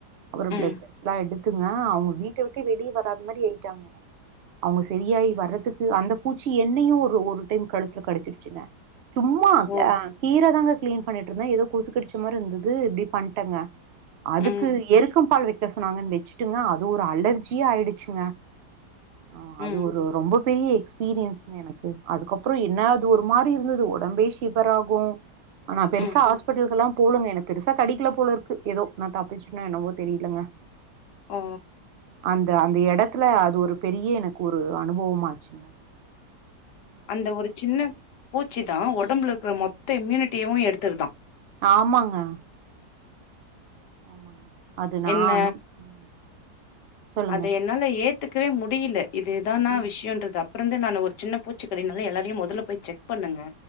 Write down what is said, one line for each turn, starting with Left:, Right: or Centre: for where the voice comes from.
Right: அப்பறோ
Left: ம்
Right: பிளட்டெஸ்லா எடுத்துங்க அவங்க வீட்ட‌ ட்டு வெளியே வராத மாரி ஆயிட்டாங்கங்க அவங்க செரியாய் வரதுக்கு அந்த பூச்சி என்னையு ஒரு ஒரு டைம் கழுத்துல கடிச்சிடிச்சுங்க சும்மா
Left: ஓ
Right: க்யா கீர தாங்க க்ளீன் பண்ணிட்ருந்தே ஏதோ கொசு கடிச்ச மாருந்தது இப்டி பண்ட்டங்க அதுக்கு
Left: ம்
Right: எருக்கம் பால் வெக்க சொன்னாங்கன் வெச்சுட்டுங்க அது ஒரு அலர் ஜி ஆயிடிச்சிங்க ஆ
Left: ம்
Right: அது ஒரு ரொம்ப பெரிய எக்ஸ் பீரியன்ஸுங்க எனக்கு அதுக்கப்றோ என்ன அது ஒரு மாரி இருந்தது உடம்பே ஷிபர் ஆகூ ஆனா பெருசா
Left: ம்
Right: ஹாஸ்பிட்டலுக்கெல்லா போலங்க எனக் பெருசா கடிக்கல போல இருக்கு ஏதோ நா தப்பிச்சுன்னா என்னவோ தெரியலங்க
Left: ஓ
Right: அந்த அந்த எடத்துல அது ஒரு பெரிய எனக்கு ஒரு அனுபவமாச்சுங்க
Left: அந்த ஒரு சின்ன பூச்சி தா ஒடம்புல இருக்ற
Right: ம்
Left: மொத்த இம்யூனிட்டியவு எடுத்துருதா
Right: ஆமாங்க ஆமாங்க அது நா
Left: என்ன
Right: அனு ம் சொல்லுங்க
Left: அத என்னால ஏத்துக்கவே முடியில இது இதானா
Right: ம் ம்
Left: விஷ்யோன்றது அப் பறந்து நா ஒரு சின்ன பூச்சி கடினால எல்லாரையு மொதல்ல போய் செக் பண்ணுங்க